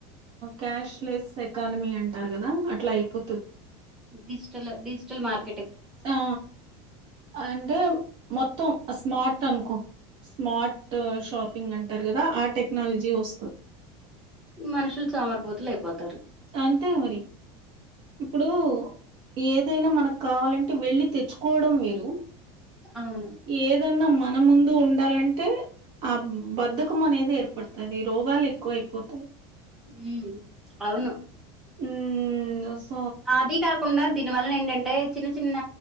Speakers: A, on the right; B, in the centre.
A: క్యాష్లెస్ ఎకానమీ అంటారు. కదా అట్లా అయిపోతది.
B: డిజిటల్ డిజిటల్ మార్కెట్
A: ఆ అంటే మొత్తం స్మార్ట్ అనుకో స్మార్ట్ షాపింగ్ అంటారు. కదా ఆ టెక్నాలజీ వస్తది.
B: మనుషులు సోమరీ పోతులు అయిపోతారు.
A: అంతే మరి ఇప్పుడు ఏదైనా మనకు కావాలంటే వెళ్ళి తెచ్చుకోవడం. వేరు
B: అవును
A: ఏదన్నా మ మన ముందు ఉండాలంటే ఆ బద్దకం అనేది ఏర్పడతది రోగాలు ఎక్కువ అయిపోతాయి.
B: హ్ అవును
A: ఉ వ
B: అది కాకుండా ది దని వలన ఏంటంటే చిన్న చిన్న